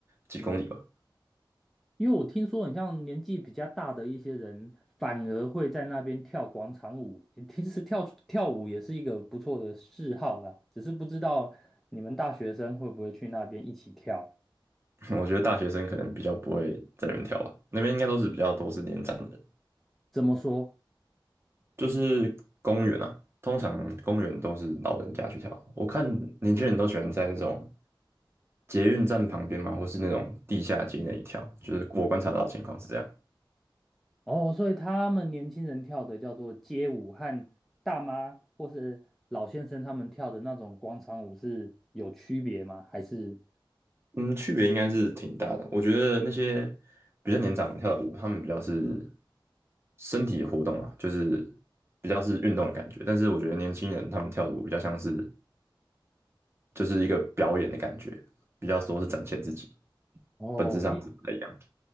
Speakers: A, on the right (about 30°); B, in the centre.
A: 几公里吧。
B: 因为我听说，很像年纪比较大的一些人，反而会在那边跳广场舞。其实跳跳舞也是一个不错的嗜好啦，只是不知道你们大学生会不会去那边一起跳。
A: <laughs> 我觉得大学生可能比较不会在那边跳吧，那边应该都是比较多是年长的人
B: 怎么说？
A: 就是公园啊，通常公园都是老人家去跳。我看年轻人都喜欢在那种捷运站旁边嘛，或是那种地下街那里跳，就是我观察到的情况是这样。
B: 哦，所以他们年轻人跳的叫做街舞，和大妈或是老先生他们跳的那种广场舞是有区别吗？还是
A: 嗯，区别应该是挺大的。我觉得那些比较年长跳的舞，他们比较是身体的活动啊，就是比较是运动的感觉。但是我觉得年轻人他们跳的舞比较像是就是一个表演的感觉，比较说是展现自己，
B: 哦，
A: 本质上是不太一样的。
B: 因